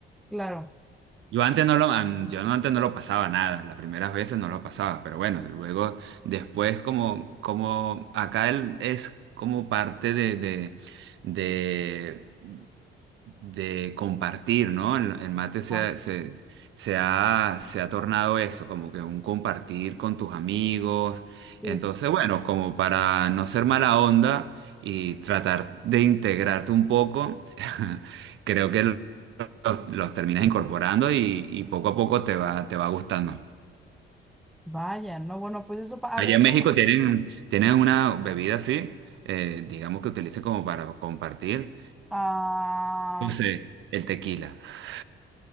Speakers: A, in the centre; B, on the right.
A: Claro.
B: Yo antes no lo, an- yo no- antes no lo pasaba nada, las primeras veces no lo pasaba, pero bueno, luego después como, como acá el- es como parte de, de, de, de compartir, ¿no? El, el mate se,
A: Ah,
B: ha- se, se ha, se ha tornado eso, como que un compartir con tus amigos.
A: sí.
B: Entonces, bueno, como para no ser mala onda y tratar de integrarte un poco, <laughs> creo que los, los terminas incorporando y, y poco a poco te va, te va gustando.
A: Vaya, no, bueno, pues eso, pa- hablando,
B: Allá en México tienen, tienen una bebida así, eh, digamos que utilicen como para compartir,
A: ah,
B: yo sé, el tequila. <laughs>